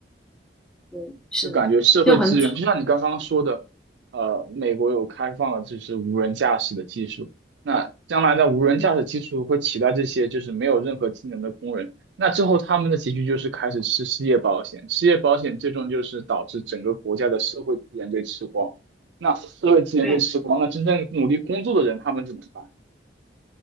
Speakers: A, in the centre; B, on the right.
A: 对，是，
B: 就感觉社会资源，
A: 就很蠢，
B: 就像你刚刚说的，呃，美国有开放了就是无人驾驶的技术，那将来的无人驾驶技术会取代这些就是没有任何技能的工人，
A: 嗯，
B: 那之后他们的结局就是开始吃失业保险，失业保险最终就是导致整个国家的社会资源被吃光。那社会资源被吃光，
A: 对，
B: 那真正努力工作的人他们怎么办？